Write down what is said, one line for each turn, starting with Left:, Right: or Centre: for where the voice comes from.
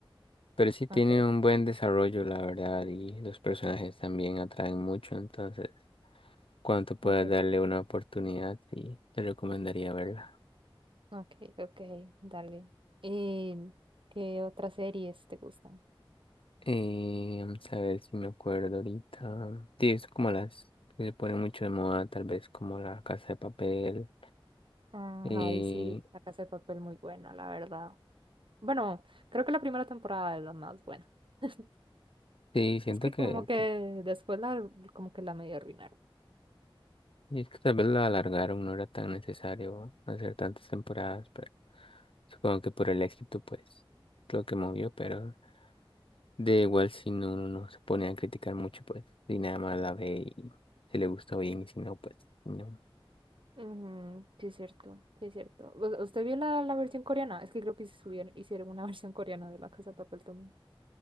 Left: Pero sí tiene
Right: Ok,
Left: un buen desarrollo, la verdad, y los personajes también atraen mucho, entonces, cuanto puedas
Right: ok.
Left: darle una oportunidad, sí, te recomendaría verla.
Right: Ok, ok, dale. ¿Y qué otras series te gustan?
Left: Eh, vamos a ver si me acuerdo ahorita. Sí, es como las que se ponen mucho de moda, tal vez como La Casa de Papel.
Right: Ah,
Left: Eh,
Right: ahí sí, La Casa de Papel muy buena, la verdad. Bueno, creo que la primera temporada es la más buena. <laughs>
Left: sí, siento
Right: Es que
Left: que,
Right: como que
Left: t-
Right: después la, como que la medio arruinaron.
Left: y es que tal vez la alargaron, no era tan necesario hacer tantas temporadas, pero supongo que por el éxito, pues, lo que movió, pero... De igual si no, uno no se pone a criticar mucho, pues, y nada más la ve y se le gusta bien, y si no, pues, no.
Right: Ujú, sí, es cierto, sí, es cierto. ¿U- ¿Usted vio la, la versión coreana? Es que creo que sí subieron, hicieron una <laughs> versión coreana de La Casa de Papel también.